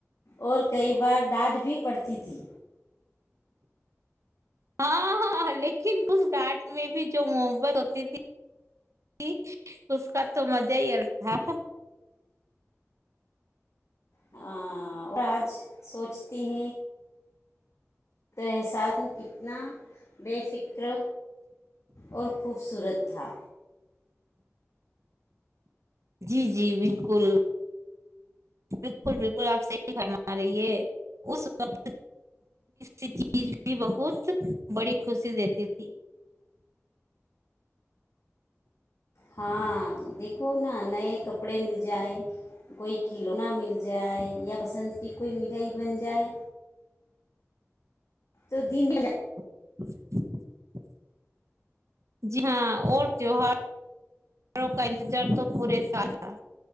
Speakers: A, on the left; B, on the right.
A: اور کئی بار ڈانٹ بھی پڑتی تھی
B: ہاں ہاں لیکن اس گاٹ میں بھی جو محبت ہوتی تھی اس کا تو مزہ ہی ال تھا
A: آ، اور آج سوچ تین تحسس کتنا بے فکر اور خوبصورت تھا
B: جی جی بالکل بالکل بالکل آپ صحیح بم رہیے اس وقت چیز بھی بہت بڑی خوشی دیتی تھی
A: ہاں دیکھو ہاں نئے کپڑے مل جائیں کوئی کھلونا مل جائے یا پسند کی کوئی مٹھائی بن جائے تو دن
B: <inaudible> جی ہاں اور جوہر توار کا انتظار تو پورے سال تھا